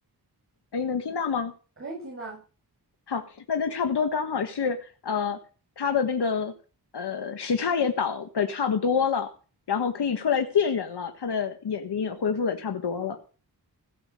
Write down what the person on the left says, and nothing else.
哎，能听到吗？
好，那就差不多刚好是呃，他的那个呃时差也倒的差不多了，然后可以出来见人了，他的眼睛也恢复的差不多了。